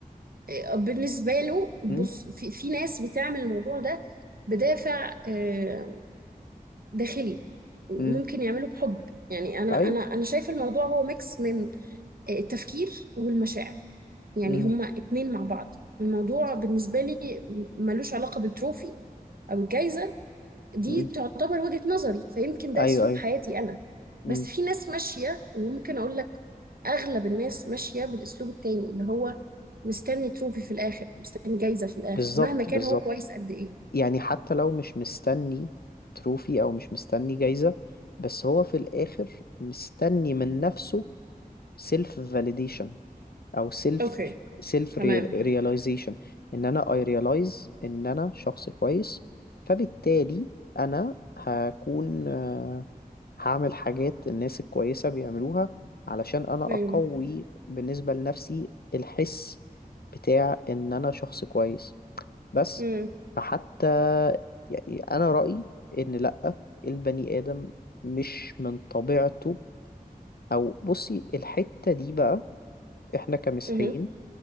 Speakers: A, on the right; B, on the left.
A: آه، بالنسبة له بص
B: امم
A: في, في ناس بتعمل الموضوع ده بدافع آه، داخلي ممكن
B: امم
A: يعمله بحب يعني أنا
B: ايوه
A: أنا أنا شايفة الموضوع هو ميكس من آه، التفكير والمشاعر يعني
B: امم
A: هما اتنين مع بعض الموضوع بالنسبة لي ملوش علاقة بالتروفي أو الجايزة دي
B: امم
A: تعتبر وجهة نظري فيمكن ده
B: ايوه
A: اسلوب
B: ايوه
A: حياتي انا
B: امم
A: بس في ناس ماشية وممكن اقول لك اغلب الناس ماشية بالاسلوب التاني اللي هو مستني تروفي في الاخر مستني جايزة في الاخر
B: بالظبط
A: مهما كان
B: بالظبط
A: هو كويس قد ايه
B: يعني حتى لو مش مستني تروفي او مش مستني جايزة بس هو في الاخر مستني من نفسه سيلف validation او سيلف
A: اوكي
B: سيلف
A: تمام
B: رياليزيشن ان انا اي ريلايز ان انا شخص كويس فبالتالي انا هكون آه، هعمل حاجات الناس الكويسة بيعملوها علشان انا اقوي
A: ايوه
B: بالنسبة لنفسي الحس بتاع ان انا شخص كويس بس
A: امم
B: فحتى يعني انا رأيي ان لأ البني آدم مش من طبيعته او بصي الحتة دي بقى احنا كمسيحيين
A: امم